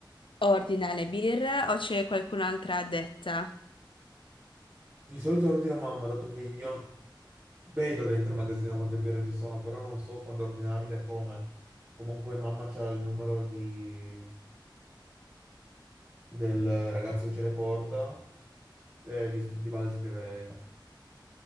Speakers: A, on the left; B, on the right.
A: ordina le birre o c'è qualcun'altra addetta?
B: Di solito ordino a mamma, dato che io vedo dentro il magazzino quante birre ci sono, però non so quando ordinarle e come. Comunque mamma c'ha il numero di... del ragazzo che ce le porta, eh, di, di base scrive lei.